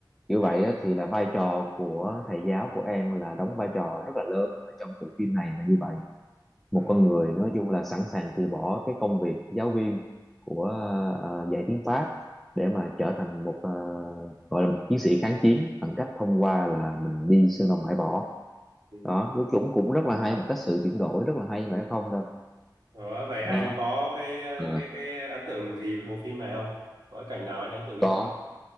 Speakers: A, in the centre; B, on the right.
A: như
B: dạ
A: vậy thì là vai trò của thầy giáo của An là đóng vai trò rất là lớn ở trong bộ phim này là như vậy một
B: ừ
A: con người nói chung là sẵn sàng từ bỏ cái công việc giáo viên của ờ, dạy tiếng Pháp để mà trở thành một ờ, gọi là một chiến sĩ kháng chiến bằng cách thông qua là mình đi sơn đồng bãi võ
B: ừ.
A: đó nó cũng cũng rất là hay một cách sự chuyển đổi rất là hay mà nó không đâu
B: đó vậy anh
A: đó
B: có cái
A: Ờ,
B: cái cái ấn tượng gì với bộ phim này không có cái cảnh nào anh ấn tượng
A: có
B: nhất không